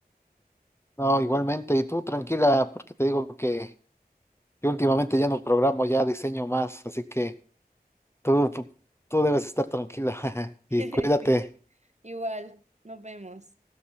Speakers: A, on the left; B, on the right.
A: No, igualmente, y tú tranquila, porque te digo que yo últimamente ya no programo, ya diseño más, así que tú, tú, tú debes estar tranquila <laughs> y
B: <laughs>
A: cuídate.
B: Sí. Igual, nos vemos.